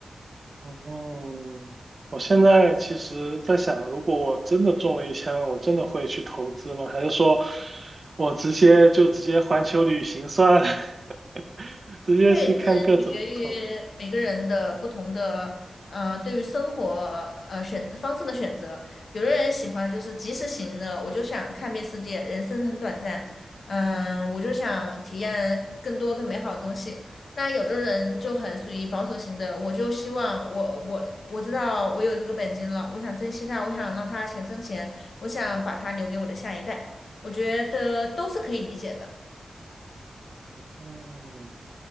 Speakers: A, on the right; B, on the left.
A: 哦，我现在其实在想，如果我真的中了一千万，我真的会去投资吗？还是说我直接就直接环球旅行算了，<laughs> 直接去看各种不同？
B: 对，这取决于每个人的不同的，呃，对于生活呃选方式的选择。有的人喜欢就是及时行乐，我就想看遍世界，人生很短暂，嗯，我就想体验更多更美好的东西。那有的人就很属于保守型的，我就希望我我我知道我有这个本金了，我想珍惜它，我想让它钱生钱，我想把它留给我的下一代。我觉得都是可以理解的。
A: 嗯，